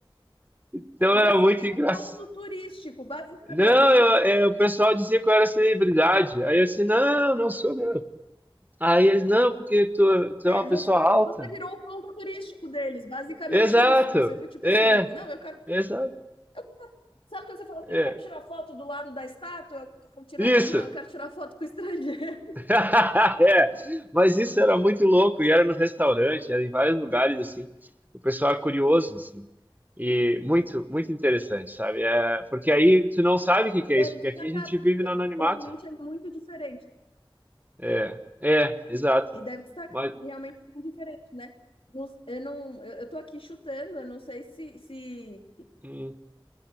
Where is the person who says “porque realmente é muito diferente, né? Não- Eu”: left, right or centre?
Left